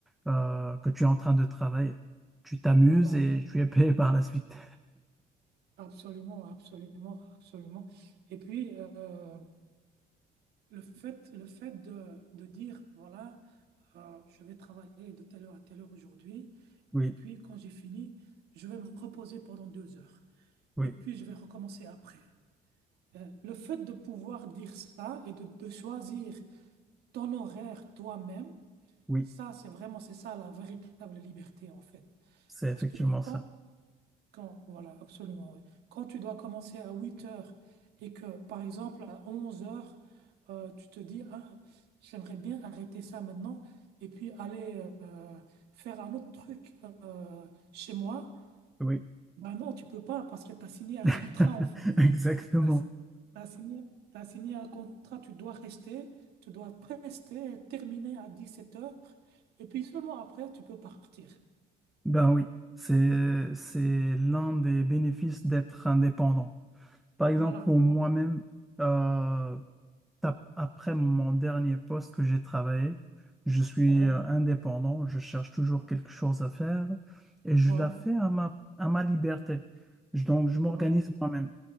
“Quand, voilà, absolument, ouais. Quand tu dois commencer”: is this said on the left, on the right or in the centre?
Right